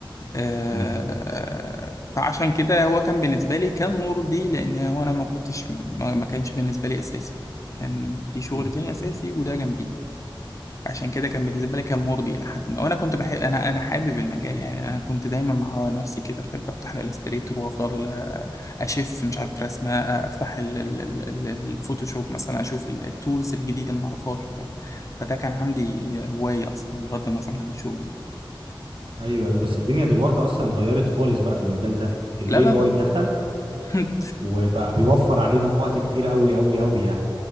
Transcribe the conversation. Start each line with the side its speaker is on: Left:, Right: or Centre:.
Left: آه
Right: مم.
Left: فعشان كده هو كان بالنسبه لي كان مرضي لان هو انا ما كنتش ما ما كانش بالنسبه لي اساسي كان في شغل
Right: مم.
Left: تاني اساسي وده جنبي عشان كده كان بالنسبه لي كان مرضي الى حد ما وانا كنت بحب انا انا حابب المجال يعني انا كنت دايما مع نفسي كده احب افتح الالستريتور وافضل آه، اشف مش عارف رسمه آه، افتح ال- ال- ال- ال- الفوتوشوب مثلا اشوف التولز الجديده اللي ما اعرفهاش ف- فده كان عندي هوايه اصلا بغض النظر عن الشغل
Right: ايوه ايوه بس الدنيا دلوقتي اصلا اتغيرت خالص بقى في المجال ده الاي
Left: لا لا
Right: اي
Left: لا لا.
Right: دخل
Left: <laughs>
Right: وبقى بيوفر علينا وقت كتير قوي قوي قوي يعني